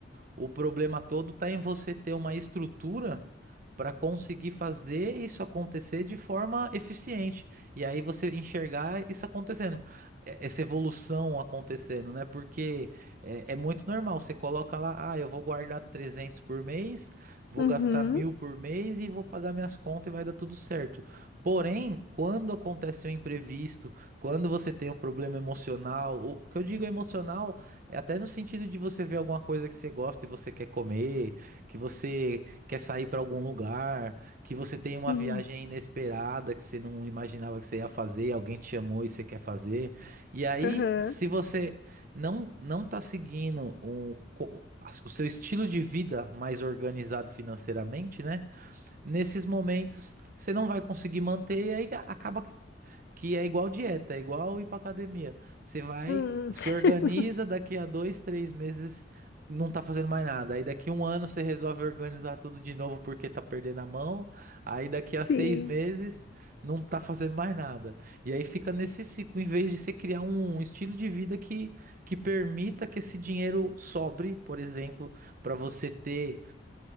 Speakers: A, on the right (about 50°); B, on the left (about 60°).
A: O problema todo tá em você ter uma estrutura para conseguir fazer isso acontecer de forma eficiente. E aí você enxergar isso acontecendo, eh, essa evolução acontecendo, né? Porque é, é muito normal, você coloca lá, ah, eu vou guardar 300 por mês, vou
B: Uhum.
A: gastar mil por mês e vou pagar minhas contas e vai dar tudo certo. Porém, quando acontece um imprevisto, quando você tem um problema emocional, o o que eu digo emocional é até no sentido de você ver alguma coisa que você gosta e você quer comer, que você quer sair para algum lugar, que você tem uma
B: Sim.
A: viagem inesperada que você não imaginava que você ia fazer, e alguém te chamou e você quer fazer. E aí,
B: Aham.
A: se você não não tá seguindo um, co- as- o seu estilo de vida mais organizado financeiramente, né? Nesses momentos você não vai conseguir manter e aí a- acaba que é igual dieta, é igual ir pra academia. Você vai,
B: Uhum.
A: se
B: <laughs>
A: organiza, daqui a dois, três meses não tá fazendo mais nada. Aí daqui um ano você resolve organizar tudo de novo porque tá perdendo a mão. Aí daqui a seis
B: Sim.
A: meses não tá fazendo mais nada. E aí fica nesse ciclo, em vez de você criar um um estilo de vida que, que permita que esse dinheiro sobre, por exemplo, para você ter